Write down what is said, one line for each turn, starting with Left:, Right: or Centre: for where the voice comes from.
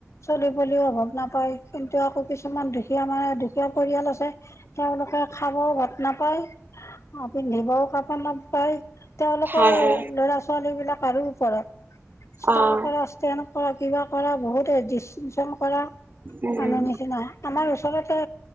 Left: চলিবও অভাৱ নাপায়। কিন্তু আকৌ কিছুমান দুখীয়া মানে দু কিছুমান পৰিয়াল আছে তেওঁলোকে খাবও ভাত নাপায় পিন্ধিবও কা পাই তেওঁলোকৰ
Right: হয় হয়
Left: ল'ৰা ছোৱালী বিলাক আৰু ওপৰত ষ্টাৰ
Right: অ',
Left: কৰা ষ্টেনড কৰা কিবা কৰা বহুতে ডিচষ্টিনচ কৰা
Right: উম,
Left: মানে নিচিনা আমাৰ ওচৰতে